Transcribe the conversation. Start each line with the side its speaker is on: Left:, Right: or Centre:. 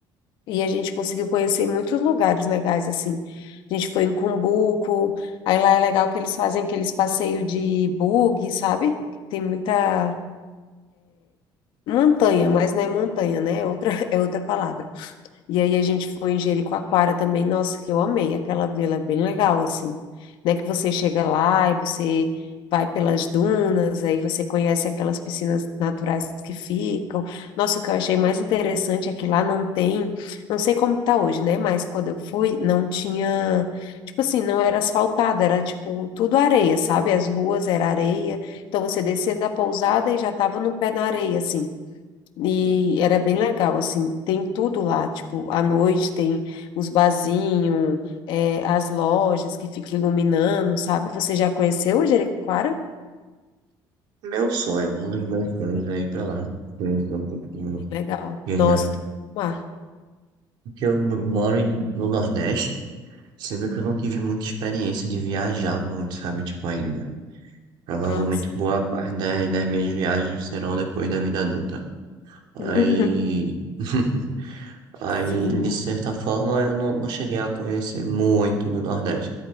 Left: e a gente conseguiu conhecer muitos lugares legais, assim. A gente foi em Cumbuco, aí lá é legal que eles fazem aqueles passeios de buggy, sabe? Tem muita montanha, mas não é montanha, né? É outra, <laughs> é outra palavra. E aí a gente foi em Jericoacoara também, nossa, que eu amei aquela vila, é bem legal, assim, né, que você chega lá e você vai pelas dunas, aí você conhece aquelas piscinas naturais que ficam, nossa, o que eu achei mais interessante é que lá não tem, não sei como tá hoje, né, mas quando eu fui, não tinha, tipo assim, não era asfaltado, era tipo tudo areia, sabe, as ruas era areia, então você descia da pousada e já tava no pé na areia, assim, e
Right: Sim.
Left: era bem legal, assim, tem tudo lá, tipo, à noite tem os barzinhos, é, as lojas que ficam iluminando, sabe? Você já conheceu o Jericoacoara?
Right: Meu sonho, um dos meus sonhos é ir pra lá. Conhecer um pouquinho.
Left: Bem legal.
Right: Viajar.
Left: Nossa, tô com mar.
Right: Porque eu moro em- no Nordeste. Sendo que eu não tive muita experiência de viajar muito, sabe? Tipo, ainda. Provavelmente
Left: Nossa.
Right: boa parte da- das minhas viagens serão depois da vida adulta. Aí,
Left: <laughs>
Right: <laughs> aí
Left: Sim.
Right: de certa forma, eu não, não cheguei a conhecer muito do Nordeste.